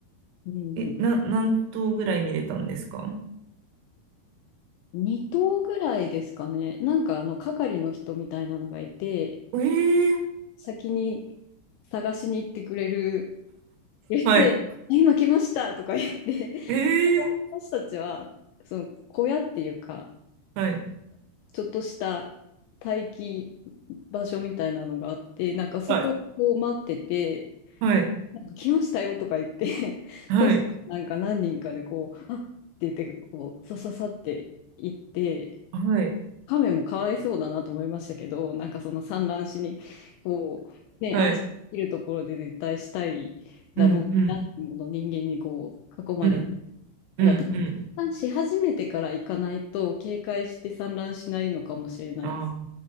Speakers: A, on the left; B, on the right.
A: うんう
B: え、な、何頭ぐらい見れたんですか
A: ん。2頭ぐらいですかね。なんかあの係の人みたいなのがいて、
B: ええ
A: 先に探しに行ってくれる、入れて、
B: はい。
A: <laughs> 今来ましたとか言って、
B: ええ
A: 私たちはその小屋っていうか、
B: はい。
A: ちょっとした待機場所みたいなのがあって、なんかそこを待ってて、
B: はい。はい。
A: なんか来ましたよとか言って <laughs>
B: はい。
A: そしたらなんか何人かでこう、あっって言って、こう、さささって行って、
B: はい。
A: 亀もかわいそうだなと思いましたけど、なんかそんな産卵しに、こう、ね、
B: はい。
A: 安心できるところで絶対したいだろうなっていうもの人間にこう、
B: うん、うん、
A: 囲まれて、
B: うん、
A: だから、
B: うん、うん。
A: 産卵し始めてから行かないと、警戒して産卵しないのかもしれないです。
B: あ